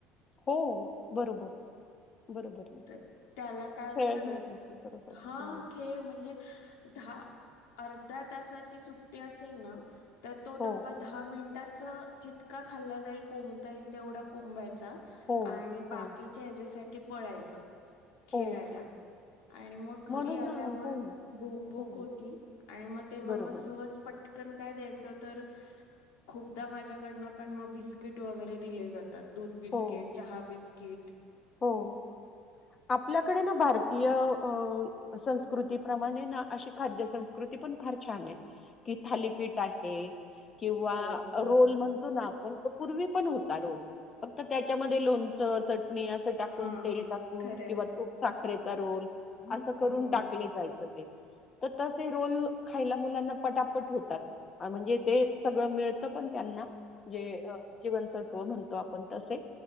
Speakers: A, on the left; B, on the left.
A: हो बरोबर बरोबर ना.
B: तर त्याला काय
A: खेळण्यासाठी
B: करेल,
A: बरोबर.
B: हा
A: हां.
B: खेळ म्हणजे दहा अर्ध्या तासाची सुट्टी असेल ना तर तो
A: हो,
B: डब्बा दहा मिनटाचा जितका खाल्ला जाईल, कोंबता येईल तेवढा कोंबायचा
A: हो,
B: आणि बाकीच्या
A: हो,
B: ह्याच्यासाठी पळायचं खेळायला.
A: हो.
B: आणि मग
A: म्हणून
B: घरी आल्यावर
A: अ, हो ना,
B: भूक भूक
A: हो
B: होती,
A: ना.
B: आणि मग तेव्हा
A: बरोबर.
B: मग सहज पटकन काय द्यायचं तर खूपदा माझ्याकडननं पण मग बिस्किट वगैरे दिले जातात. दूध बिस्किट,
A: हो,
B: चहा बिस्किट
A: हो आपल्याकडे ना भारतीय अं संस कृतीप्रमाणे ना अशी खाद्य संस्कृती पण फार छान आहे. कि थालीपीठ आहे, किंवा
B: हो हो
A: रोल म्हण असतो ना आपण पूर्वी पण होता रोल फक्त त्याच्यामध्ये लोणचं, चटणी असं टाकून
B: हा
A: तेल टाकून,
B: खरंय
A: किंवा तूप साखरेचा रोल असं करून
B: हो
A: टाकले जायचं ते तं तसे रोल खायला मुलांना पटापट होतात आ म्हणजे ते सगळं मिळतं पण त्यांना, जे जीवनसत्व म्हणतो आपण तसे